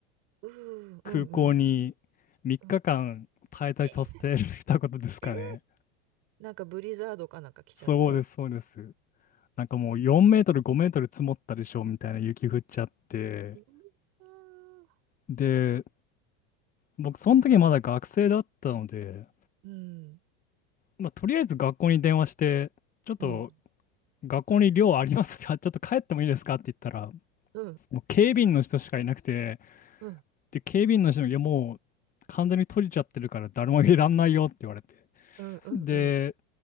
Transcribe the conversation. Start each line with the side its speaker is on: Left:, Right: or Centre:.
Right: うー、
Left: 空港に3日間滞在させてたことですかね。
Right: うんうんうん。ええなんかブリザードかなんか来ちゃって。
Left: そうです、そうです。なんかもう4メートル、5メートル積もったでしょみたいな雪降っちゃって。
Right: うわー
Left: で、僕、その時まだ学生だったので、
Right: うん
Left: まあ、とりあえず学校に電話して、ちょっと
Right: うん、
Left: 学校に寮ありますか <laughs> ちょっと帰ってもいいですかって言ったら、
Right: うん、
Left: もう警備員の人しかいなくて、
Right: うん、うん、
Left: で、警備員の人に、いやもう完全に閉じちゃってるから誰もいらんないよって言われて。
Right: うん、うん、
Left: で、
Right: うん、